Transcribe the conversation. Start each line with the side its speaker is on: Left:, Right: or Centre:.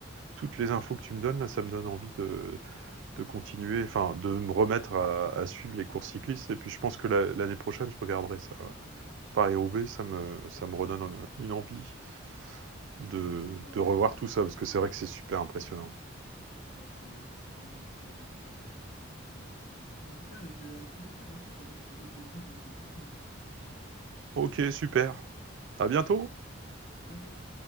Right: toutes les infos que tu me donnes là, ça me donne envie de, de continuer, enfin de me remettre à, à suivre les courses cyclistes. Et puis je pense que la- l'année prochaine, je regarderai ça. hein. Paris-Roubaix, ça me ça me redonne en, une envie de
Left: Ah bah,
Right: de revoir tout ça, parce que c'est vrai que c'est super impressionnant.
Left: ah, c'est ah, c'est vraiment un sport, un sport euh, à part, clairement. Mais en tout cas, avec, euh, avec plaisir, hein. si jamais tu veux d'autres débriefs, d'autres courses, n'hésite pas.
Right: OK, super. À bientôt!
Left: À bientôt!